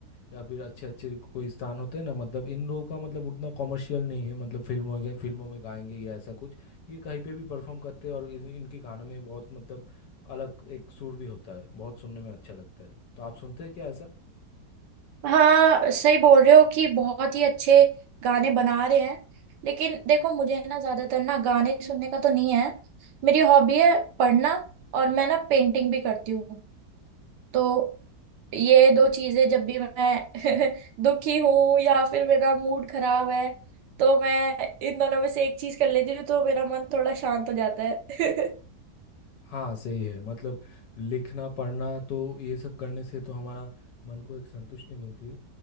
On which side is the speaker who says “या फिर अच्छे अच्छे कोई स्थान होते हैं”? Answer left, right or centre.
Left